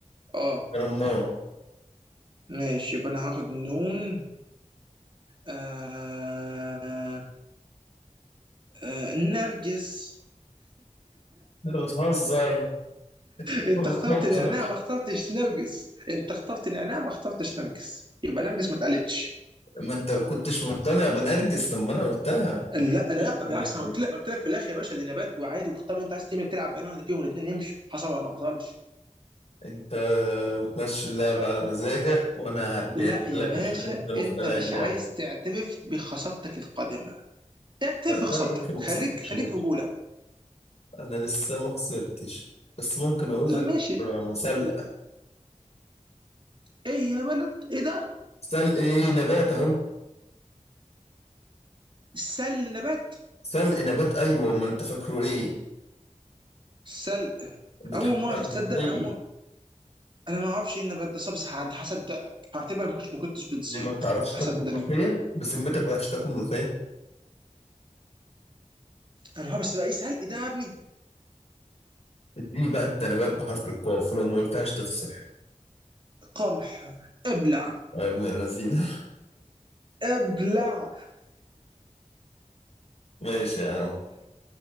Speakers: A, on the right; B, on the left.
A: اه
B: رمان
A: ماشي يبقى انا هاخد نون آه... آه... نرجس <laughs>
B: انت بتهزر انت
A: انت اخترت
B: بتهزر
A: نعناع ما اخترتش نرجس انت اخترت نعناع ما اخترتش نرجس يبقى نرجس ما اتقالتش
B: ما انت ما كنتش مقتنع بنرجس لما انا قلتها
A: لا
B: قلت لي
A: لا لا بالعكس انا قلت لك قلت لك في الاخر يا باشا دي نبات وعادي واختار انت عايز تعمل تلعب بأنهي واحده فيهم الاثنين يمشوا حصل ولا ما حصلش
B: انت بتمشي اللعبة على مزاجك وانا هديها
A: لا يا
B: لك
A: باشا
B: عشان انت مقتنع
A: انت مش
B: اللعبة
A: عايز تعترف بخسارتك القادمه اعترف
B: لا
A: بخسارتك
B: انا لسه ما
A: خليك
B: خسرتش
A: خليك
B: برضه.
A: رجوله
B: انا لسه ما خسرتش بس ممكن اقول
A: طب
B: لك
A: ماشي
B: آه، سلق
A: ايه يا بلد ايه ده
B: سلق ايه نبات اهو
A: سل نبات
B: سلق نبات ايوه امال انت فاكره ايه
A: سل
B: بتحط
A: اول ما
B: على
A: تصدق
B: الملوخية
A: انا اول ما انا ما اعرفش ايه النبات ده صبص عاد هصدقك هعتبرك ما كنتش ما كنتش بتزيد
B: دي ما بتعرفش
A: هصدقك
B: تاكل ملوخية بسمتك ما بتعرفش تاكل ملوخية
A: انا بس بقى ايه سلق ده يا ابني
B: اديني بقى انت نبات بحرف القاف ولو ما قلتهاش تخسر
A: قمح ابلع
B: يا ابن اللذينة
A: ابلع
B: <laughs> ماشي يا عم